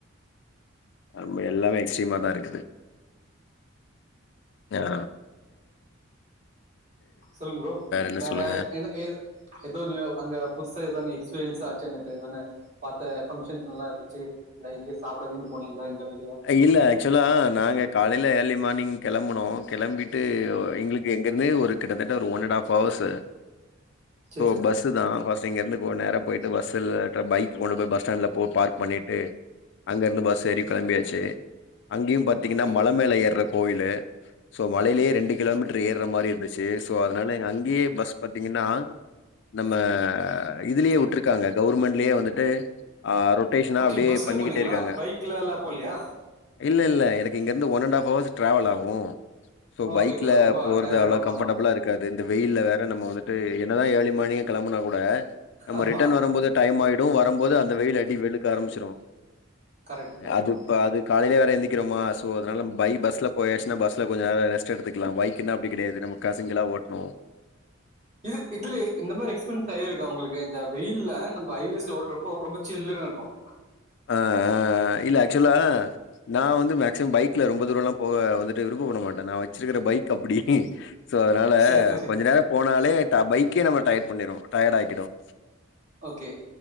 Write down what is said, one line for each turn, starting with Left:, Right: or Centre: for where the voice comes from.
Left: ஆமா எல்லாமே எக்ஸ்ட்ரீமா தான் இருக்குது யா
Right: சொல்லுங்க ப்ரோ
Left: என்ன
Right: வேற
Left: சொல்லுங்க
Right: என்ன ஏது ஏதோ அங்க புதுசா எதா எக்ஸ்பீரியன்ஸ் ஆச்ச இதான பாத்த பங்க்ஷன்ஸ் நல்லா இருந்துச்சு இல்ல இங்க சாப்பிடகின்னு போனீங்களா இங்க வெளிய
Left: இல்ல ஆக்சுவலா நாங்க காலையில ஏர்லி மார்னிங் கெளம்பனோம் கெளம்பிட்டு எங்களுக்கு இங்கருந்து ஒரு கிட்ட தட்ட ஒரு one and half hours
Right: chair
Left: so
Right: சேரி
Left: பஸ்சு தா ஃப ஸ்ட்டு இங்க இருந்து கோ நேர போயிட்டு பஸ்ல பைக் கொண்டு போய் பஸ்ஸ்டேண்ட்ல போ பார்க் பண்ணிட்டு அங்கருந்து பஸ் ஏறி கெளம்பியாச்சு அங்கியும் பாத்தீங்கனா
Right: ஓகே
Left: மல மேல ஏற்ற கோயிலு சோ மலயிலயே ரெண்டு கிலோமீட்டர் ஏறுற மாரி இருந்துச்சு சோ அதனால அங்கேயே பஸ் பாத்தீங்கனா நம்ம இதுலயே வுட்ருக்காங்க கவர்மெண்ட்லயே வந்துட்டு அ ரொட்டேஷனா
Right: ஓகே
Left: அப்டியே
Right: பஸ்ல
Left: பண்ணிக்கிட்டே
Right: போனீங்களா
Left: இருக்காங்க.
Right: பைக்லல்லா போலயா
Left: இல்ல இல்ல எனக்கு இங்கிருந்து one and half hours travel ஆகும் சோ
Right: ஓகே
Left: பைக்ல
Right: ஓகே ரொம்ப
Left: போறது
Right: டயர்ட்
Left: அவ்ளோ
Right: ஆயிடு
Left: கம்ஃபர்டபுளா
Right: ஆமா
Left: இருக் க்காது இந்த வெயில்ல வேற நம்ம வந்துட்டு என்னதா ஏர்லி மார்னிங் கெளம்புனா கூட நம்ம
Right: ஆமா
Left: ரிட்டர்ன் வரும்போது டைம் ஆயிடு வரும் போது அந்த வெயில் அடி வெளுக்க ஆரமிச்சிரும்
Right: கரெக்ட் கரெக்ட்
Left: அது
Right: ஆமா
Left: இப்ப அது காலையில வேற எந்திக்ரோமா ஸோ அதனால பை பஸ்ல போயாச்சுனா பஸ்ல கொஞ்ச நேர ரெஸ்ட் எடுத்துக்கலா பைக்குனா அப்டி கெடயாது நமக் கா சிங்களா ஓட்னு
Right: இது இதுலே இந்த மாரி எக்ஸ்பென்ஸ் ஸா இருக்க உங்களுக்கு இந்த வெயில்ல நம்ப ஹைவேஸ்ல ஓட்றப்போ ரொம்ப சில்லுன்னு இருக்குன்
Left: ஆ ஆ ஆ இல்ல ஆக்ச்சுலா நா வந்து மேக்சிமம் பைக்ல ரொம்ப தூரோலா போவ வந்துட்டு விருப்ப பட மாட்டே நா வச்சிருக்கிற பைக் அப்பிடி ஸோ அதனால
Right: சரி சரி
Left: கொஞ்ச நேரம் போனாலே தா பைக்கே நம்ம டையட் பண்ணிரும் டயர்டு ஆக்கிடும்
Right: ஓகே